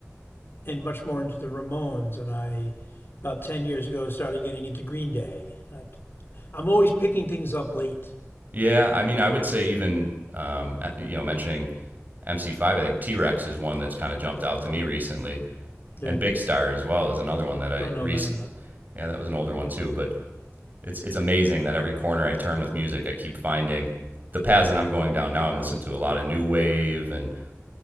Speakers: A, on the left (about 45°); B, on the right (about 35°).
A: and much more into the Ramones, and I about 10 years ago started getting into Green Day. Like I'm always picking things up late.
B: Yeah, I mean, I would say even um, you know mentioning MC5, I think T Rex is one that's kind of jumped out to me recently,
A: Yeah.
B: and Big Star as well is another one that I
A: Don't know
B: recent.
A: them, but
B: Yeah, that was an older one too, but it's it's amazing that every corner I turn with music, I keep finding the paths that I'm going down now. I'm listening to a lot of new wave and